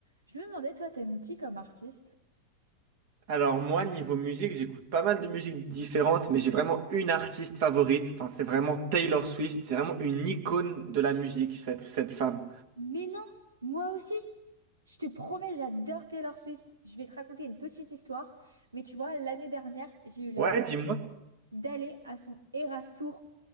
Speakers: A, on the right; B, on the right.
A: Je me demandais, toi, t'aimes qui comme artiste?
B: Alors moi, niveau musique, j'écoute pas mal de musiques différentes, mais j'ai vraiment une artiste favorite. Enfin, c'est vraiment Taylor Swift. C'est vraiment une icône de la musique, cette, cette femme.
A: Mais non, moi aussi. Je te promets, j'adore Taylor Swift. Je vais te raconter une petite histoire. Mais tu vois, l'année dernière, j'ai eu la
B: Ouais,
A: chance
B: dis-moi.
A: d'aller à son Eras Tour